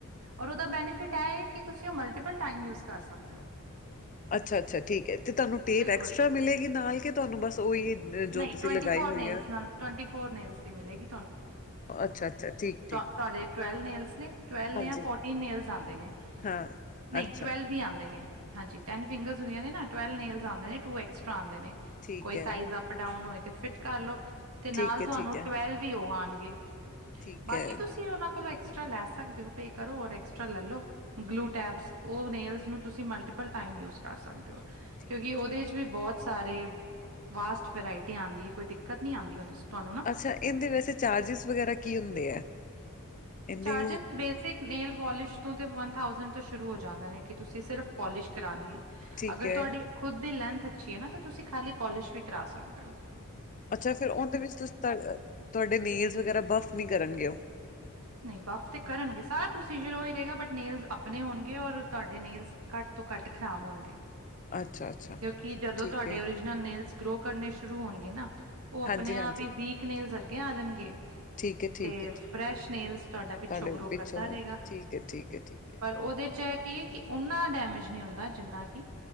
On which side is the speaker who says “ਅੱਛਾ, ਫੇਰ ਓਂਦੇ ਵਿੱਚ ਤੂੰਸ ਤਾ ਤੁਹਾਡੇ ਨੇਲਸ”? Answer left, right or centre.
Left